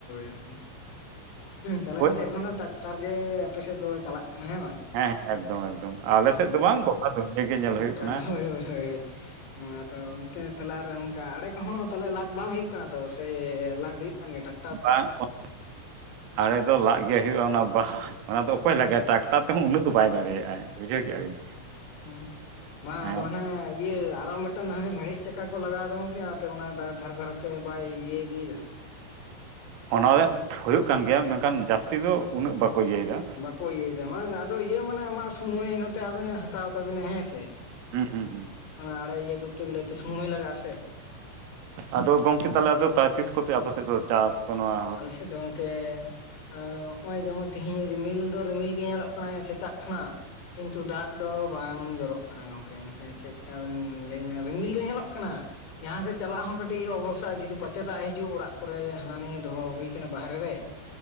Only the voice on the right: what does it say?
ᱦᱳᱭ
ᱦᱮᱸ ᱦᱮᱸ ᱮᱠᱫᱚᱢ ᱮᱠᱫᱚᱢ ᱟᱞᱮ ᱥᱮᱫ
ᱫᱚ ᱵᱟᱝ ᱜᱚᱴᱟ ᱫᱩᱱᱭᱤᱭᱟᱹ ᱜᱮ ᱧᱮᱞ
ᱦᱩᱭᱩᱜ ᱠᱟᱱᱟ
ᱵᱟᱝ <unintelligible> ᱵᱟᱝ ᱟᱲᱮ ᱫᱚ ᱞᱟᱜ ᱜᱮ ᱦᱩᱭᱩᱜᱼᱟ ᱚᱱᱟ ᱵᱟᱦᱟ <unintelligible> ᱚᱱᱟ ᱫᱚ ᱚᱠᱚᱭ ᱞᱟᱜᱟᱭ ᱴᱨᱟᱠᱴᱟᱨ ᱛᱮᱦᱚᱸ ᱩᱱᱟᱹᱜ ᱫᱚ ᱵᱟᱭ ᱫᱟᱲᱮᱭᱟᱜᱼᱟᱭ ᱵᱩᱡᱷᱟᱹᱣ ᱠᱮᱜᱼᱟ ᱵᱤᱱ
ᱦᱮᱸ
ᱚᱱᱟ ᱫᱚ ᱦᱩᱭᱩᱜ ᱠᱟᱱ ᱜᱮᱭᱟ ᱢᱮᱱᱠᱷᱟᱱ ᱡᱟᱹᱥᱛᱤ ᱫᱚ ᱩᱱᱟᱹᱜ ᱵᱟᱠᱚ ᱤᱭᱟᱹᱭ ᱮᱫᱟ
ᱦᱩᱸ ᱦᱩᱸ ᱦᱩᱸ
ᱟᱫᱚ ᱜᱚᱢᱠᱮ ᱛᱟᱦᱚᱞᱮ ᱟᱫᱚ ᱛᱤᱥ ᱠᱚᱛᱮ ᱟᱯᱮ ᱥᱮᱫ ᱫᱚ ᱪᱟᱥ? ᱠᱚ ᱱᱚᱣᱟ